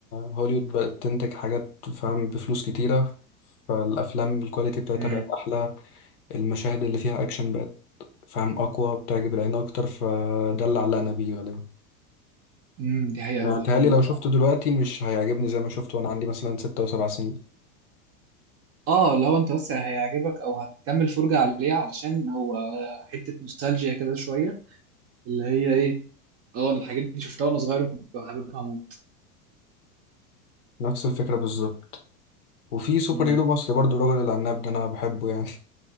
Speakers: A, on the left (about 80°); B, on the right (about 35°).
A: هوليوود بقت تنتج حاجات فاهم بفلوس كتيرة فالأفلام الكواليتي بتاعتها
B: امم
A: بقت أحلى المشاهد اللي فيها أكشن بقت فاهم أقوى بتعجب العين أكتر فده اللي علقنا بيه غالبا
B: امم دي حقيقة
A: يعني
B: والله
A: متهيألي
B: عندك
A: لو شفته
B: حق
A: دلوقتي مش هيعجبني زي ما شفته وأنا عندي مثلا ستة وسبع سنين
B: اه لو انت بس هيعجبك او هتكمل فرجة عليه علشان هو حتة نوستالجيا كده شوية اللي هي ايه اه انا الحاجات دي شفتها وانا صغير وكنت حاببها موت
A: نفس الفكرة بالظبط وفي سوبر
B: امم
A: هيرو مصري برضه الراجل العناب ده أنا بحبه يعني